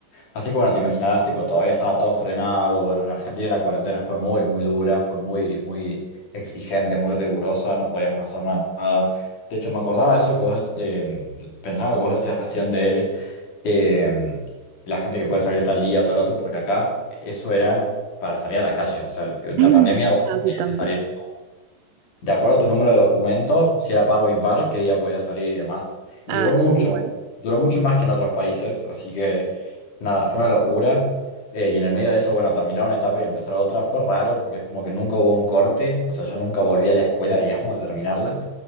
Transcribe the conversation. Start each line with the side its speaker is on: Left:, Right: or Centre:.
Left: Así que bueno, te imaginarás, tipo, todavía estaba todo frenado. Bueno, en Argentina la cuarentena fue muy, muy dura, fue muy, muy exigente, muy rigurosa, no podíamos hacer na- nada. De hecho, me acordaba de eso que vos, de, pensaba en lo que vos decías recién de eh, la gente que puede salir tal día o tal otro, porque acá eso era para salir a la calle. O sea,
Right: <laughs>
Left: en
Right: <clears throat>
Left: la pandemia vos
Right: Ah, sí,
Left: tenías
Right: también.
Left: que salir de acuerdo a tu número de documento, si era par o impar, qué día podía salir y demás. Y
Right: Ah,
Left: duró mucho,
Right: igual.
Left: duró mucho más que en otros países, así que nada, fue una locura. Eh, y en el medio de eso, bueno, terminar una etapa y empezar otra fue raro porque es como que nunca hubo un corte, o sea, yo nunca volví a la escuela, <laughs> digamos, a terminarla.